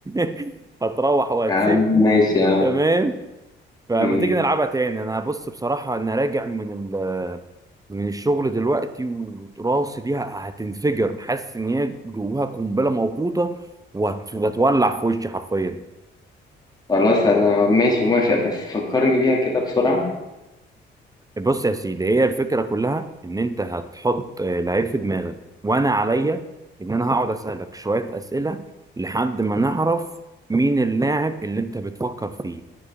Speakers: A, on the right (about 15°); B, on the left (about 20°).
A: <laughs> هتروح وهتسيبني
B: يا عم ماشي يا عم
A: تمام فما
B: مم.
A: تيجي نلعبها تاني أنا بص بصراحة أنا راجع من ال من الشغل دلوقتي وراسي دي هتنفجر حاسس إن هي جواها قنبلة موقوتة وهتولع في وشي حرفيا
B: خلاص أنا ماشي موافق بس فكرني بيها كده بسرعة
A: بص يا سيدي هي الفكرة كلها إن أنت هتحط آه، لعيب في دماغك وأنا عليا إن أنا هقعد أسألك شوية أسئلة لحد ما نعرف مين اللاعب اللي أنت بتفكر فيه